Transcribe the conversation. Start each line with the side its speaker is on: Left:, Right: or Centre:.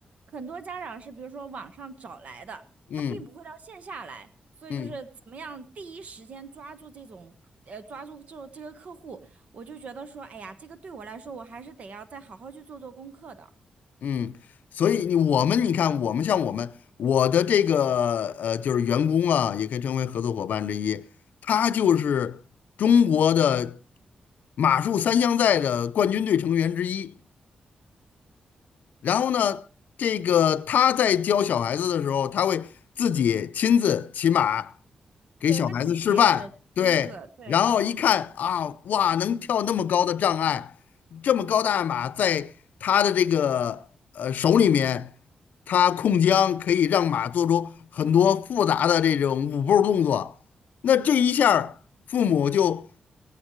Right: 很多家长是比如说网上找来的，
Left: 嗯
Right: 他并不会到线下来，所以就是怎么样第一时间抓住这种呃抓住这这个客户，
Left: 嗯。
Right: 我就觉得说，哎呀，这个对我来说，我还是得要再好好去做做功课的。
Left: 嗯，所以你我们你看，我们像我们我的这个呃，就是员工啊，也可以称为合作伙伴之一，他就是中国的马术三项赛的冠军队成员之一。然后呢，这个他在教小孩子的时候，他会自己亲自骑马，给小孩子示范。
Right: 对，那肯定得是亲自，
Left: 对，
Right: 对
Left: 然后一看啊，哇，能跳那么高的障碍，这么高大的马，在他的这个呃手里面，他控缰可以让马做出很多复杂的这种舞步动作。那这一下儿父母就